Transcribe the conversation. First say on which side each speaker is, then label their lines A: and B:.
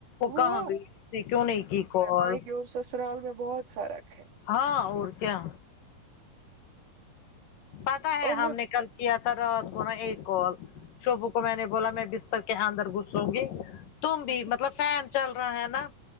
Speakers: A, on the right; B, on the left.
A: وہ
B: کہاں گئی اس نے کیوں نہیں کی کال
A: مائیکے اور سسرال میں بہت فرق ہے
B: ہاں اور کیا پتا ہے
A: اور
B: ہم نے کل کیا تھا رات کو نا ایک کال شبو کو میں نے بولا میں بستر کے اندر گھسوں گی تم
A: مجھ-
B: بھی مطلب فین چل رہا ہے نا